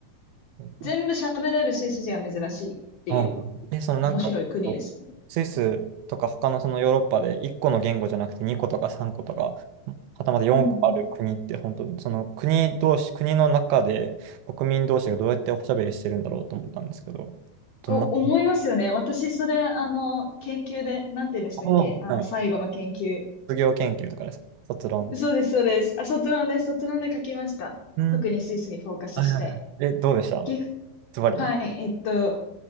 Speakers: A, on the right; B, on the left.
A: ー、
B: 全部喋れるスイス人は珍しいっていう
A: うんえ、そのなんか、
B: 面白い国ですね。
A: スイスとか他のそのヨーロッパで1個の言語じゃなくて2個とか3個とか、はたまた4個ある国って本当にその国同士、
B: うんうん
A: 国の中で国民同士がどうやっておしゃべりしてるんだろうと思ったんですけど、どんな、
B: お、思いますよね。私、それ、あの、研究で、なんて言うんでしたっけあの、
A: ああはい
B: 最後の研究。
A: 卒業研究とかですか卒論。
B: そうです、そうです。あ、卒論です。卒論で書きました。
A: うん
B: 特にスイスにフォーカスして。
A: はいはいはい。え、どうでした
B: 岐
A: ズバリ。
B: はい、えっと、